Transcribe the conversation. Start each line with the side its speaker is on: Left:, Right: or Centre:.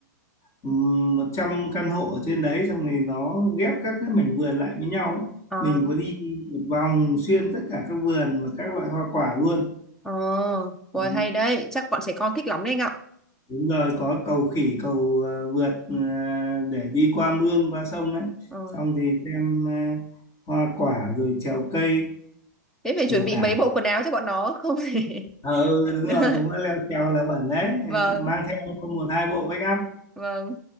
Left: ừm, 100 căn hộ ở trên đấy xong rồi nó ghép các cái mảnh vườn lại với nhau ấy
Centre: ờ
Left: mình có đi một vòng xuyên tất cả các vườn và các loại hoa quả luôn
Centre: ờ rồi
Left: ừ,
Centre: hay đấy chắc bọn trẻ con thích lắm đấy anh ạ
Left: đúng rồi có cầu khỉ cầu ờ, vượt ờ, để đi qua mương qua sông ấy
Centre: ờ
Left: xong thì xem ờ, hoa quả rồi trèo cây
Centre: thế phải
Left: đủ
Centre: chuẩn bị
Left: cả
Centre: mấy bộ quần áo cho bọn nó không thì
Left: ờ ừ,
Centre: <laughs>
Left: đúng
Centre: Đúng
Left: rồi
Centre: rồi.
Left: chúng nó leo trèo là bẩn đấy
Centre: vâng
Left: mang theo một hai bộ backup
Centre: vâng